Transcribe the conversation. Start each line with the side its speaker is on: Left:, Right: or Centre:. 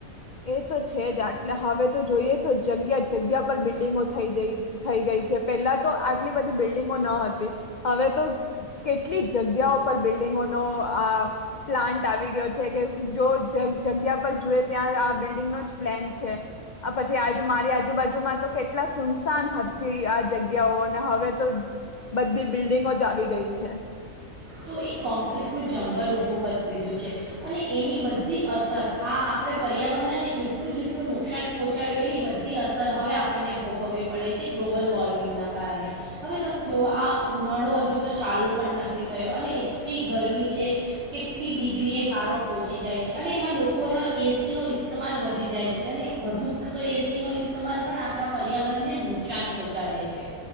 Left: એ તો છે જ આટલે હવે તો જોઈએ તો જગ્યા જગ્યા પર બિલ્ડિંગો થઈ જઈ થઈ ગઈ છે પેહલા તો આટલી બધી બિલ્ડિંગો ન હતી હવે તો કેટલી જગ્યાઓ પર બિલ્ડિંગોનો આ પ્લાન્ટ આવી ગયો છે કે જો જગ જગ્યા પર જુએ ત્યાં જ આ બિલ્ડિંગનો જ પ્લેન છે આ પછી આ મારી આજુબાજુમાં તો કેટલા સુમસાન હતી આ જગ્યાઓ અને હવે તો બધી બિલ્ડિંગો જ આવી ગઈ છે.
Right: તો એ કોંક્રીટનું જંગલ ઊભું કરી દીધું છે અને એની બધી અસર આ આપણે પર્યાવરણને જેટલું જેટલું નુકસાન પહોંચાડ્યું એની બધી અસર હવે આપણને ભોગવવી પડે છે ગ્લોબલ વોર્મિંગના કારણે હવે તમે જોવો આ ઉનાળો હજુ તો ચાલુ પણ નથી થયો અને એટલી ગરમી છે કેટલી ડિગ્રી એ પારો પહોંચી જાય છે અને એમાં લોકોનો એસીનો ઇસ્તેમાલ વધી જાય છે અને વધુ પડતો એસીનો ઇસ્તેમાલ પણ આપણા પર્યાવરણને નુકસાન પહોંચાડે છે.